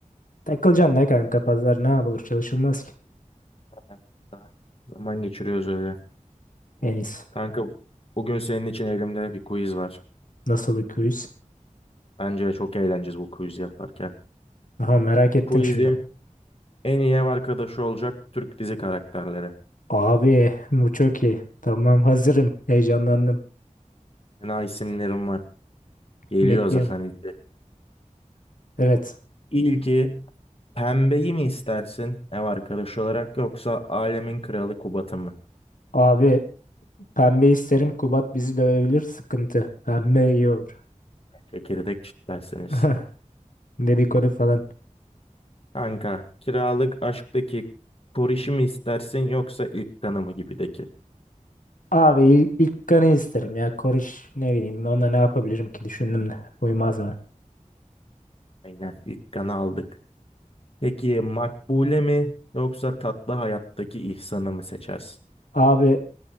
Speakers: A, on the left; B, on the left.
A: Takılacaksın da kanka pazar ne yapılır çalışılmaz ki.
B: Hayatımda Zaman geçiriyoruz öyle.
A: En iyisi.
B: Kanka bugün senin için elimde bir quiz var.
A: Nasıl bir quiz?
B: Bence çok eğleneceğiz bu quiz yaparken.
A: Aha merak ettim
B: Quizim
A: şimdi.
B: en iyi ev arkadaşı olacak Türk dizi karakterleri.
A: Abi bu çok iyi. Tamam hazırım. Heyecanlandım.
B: Fena isimlerim var. Geliyor
A: Bekliyorum.
B: hazırsan ilki.
A: Evet.
B: İlki pembeyi mi istersin ev arkadaşı olarak yoksa alemin kralı Kubat'ı mı?
A: Abi pembe isterim Kubat bizi dövebilir sıkıntı. Pembe iyi olur.
B: Çekirdek çitlersiniz.
A: <laughs> Dedikodu falan.
B: Kanka, kiralık aşktaki korişi mi istersin yoksa ilk kanı mı gibideki?
A: Abi ilk, ilk kanı isterim ya. Koriş ne bileyim onunla ne yapabilirim ki düşündüm de. Uymazlar.
B: Aynen ilk kanı aldık. Peki makbule mi yoksa tatlı hayattaki ihsanı mı seçersin?
A: Abi